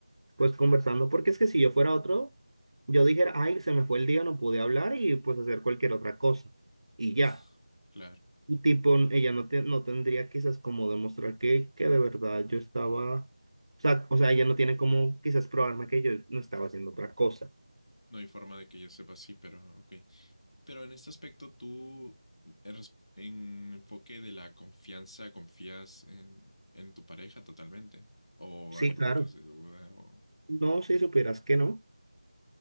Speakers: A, on the right (about 75°); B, on the left (about 85°).
A: pues conversando, porque es que si yo fuera otro, yo dijera, ay, se me fue el día, no pude hablar y pues hacer cualquier otra cosa. Y ya.
B: <laughs> Claro.
A: Y tipo, ella no, te- no tendría quizás como demostrar que, que de verdad yo estaba, o sea, o sea, ella no tiene como quizás probarme que yo no estaba haciendo otra cosa.
B: No hay forma de que yo sepa, sí, pero ok. Pero en este aspecto, tú, en res- en enfoque de la confianza, confías en, en tu pareja totalmente. O
A: Sí,
B: hay momentos
A: claro.
B: de duda, o.
A: No, si supieras que no.